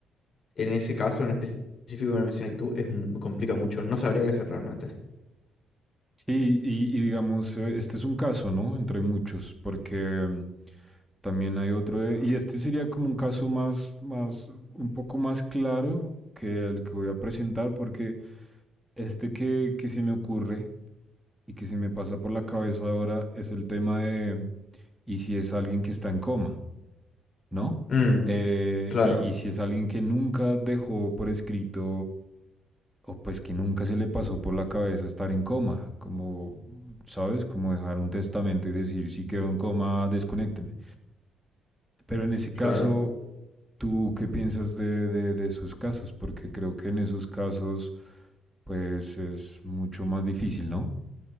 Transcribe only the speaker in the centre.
Sí, y, y digamos, eh, este es un caso, ¿no? Entre muchos, porque mm, también hay otro, de- y este sería como un caso más, más, un poco más claro que el que voy a presentar, porque este que, que se me ocurre y que se me pasa por la cabeza ahora es el tema de, ¿y si es alguien que está en coma, ¿no?
Eh,
y, y si es alguien que nunca dejó por escrito o pues que nunca se le pasó por la cabeza estar en coma, como, ¿sabes? Como dejar un testamento y decir, si quedo en coma, desconécteme. Pero en ese caso,
¿tú qué piensas de, de, de esos casos? Porque creo que en esos casos, pues es mucho más difícil, ¿no?